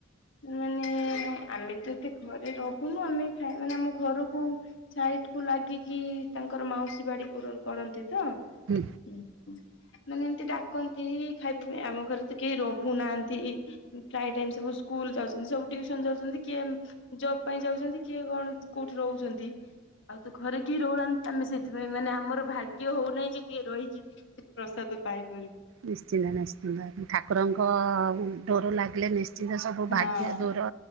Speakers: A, on the left (about 65°); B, on the right (about 70°).
A: ମାନେ ଆମେ ତ ଏତେ ଘରେ ରହୁନୁ, ଆମେ ଖାଇ ମାନେ ଆମ ଘରକୁ ଖାଇ କୁ ଲାଗିକି ତାଙ୍କର ମାଉସୀ ବାଡି କୁର କରନ୍ତି ତ।
B: ହୁଁ
A: ଉଁ ହୁଁ। ମାନେ ଏମିତି ଡାକନ୍ତି ଖାଇବା ପାଇଁ, ଆମ ଘରେ ତ କେହି ରହୁନାହାନ୍ତି, ପ୍ରାୟ ଟାଇମ ସବୁ ସ୍କୁଲ ଯାଉଚନ୍ତି, ସବୁ ଟିଉସନ୍ ଯାଉଚନ୍ତି କିଏ ଜବ ପାଇଁ ଯାଉଚନ୍ତି, କିଏ କଣ କୋଉଠି ରହୁଚନ୍ତି। ଆଉ ତ ଘରେ କି ରହୁନାହା ଆମେ ସେଥିପାଇଁ, ମାନେ ଆମର ଭାଗ୍ୟ ହଉନାହିଁ ଯେ ଟିକେ ରହିକି ସେ ପ୍ରସାଦ ପାଇପାରିବୁ।
B: ନିଶ୍ଚିନ୍ତ ନିଶ୍ଚିନ୍ତ ଠାକୁରଙ୍କ ଡୋର ଲାଗିଲେ ନିଶ୍ଚନ୍ ନ୍ତ, ସବୁ
A: ହଁ
B: ଭାଗ୍ୟ ଦୂର